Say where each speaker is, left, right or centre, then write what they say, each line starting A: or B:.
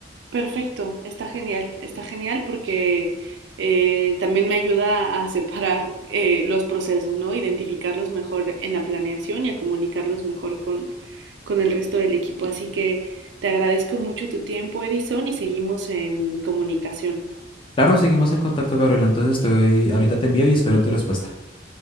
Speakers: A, on the right; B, on the left.
A: Perfecto, está genial, está genial porque eh, también me ayuda a separar eh, los procesos, ¿no? Identificarlos mejor en la planeación y a comunicarlos mejor con, con el resto del equipo. Así que te agradezco mucho tu tiempo, Edison, y seguimos en comunicación.
B: Claro, seguimos en contacto, Gabriela. Entonces estoy, ahorita te envío y espero tu respuesta.